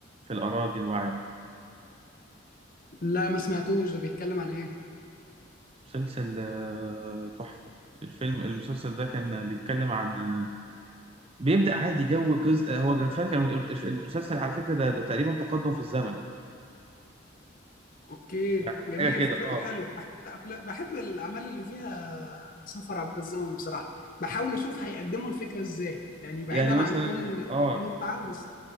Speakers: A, on the right; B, on the left.
A: في الأراضي الوعرة
B: لا ما سمعتوش ده بيتكلم عن ايه
A: مسلسل آه، تحفة الفيلم المسلسل ده كان بيتكلم عن آه، بيبدأ عادي جو جزء هو كان فاكر المسلسل على فكرة ده, ده تقريبا تقدم في الزمن
B: اوكي
A: يعني
B: جميل
A: حاجة كده
B: فكرته
A: اه
B: حلوة بحب أفلا- بحب الاعمال اللي فيها سفر عبر الزمن بصراحة بحاول اشوف هيقدموا الفكرة ازاي يعني بعيدا
A: يعني مثلا
B: عن كون
A: اه
B: المتعة بس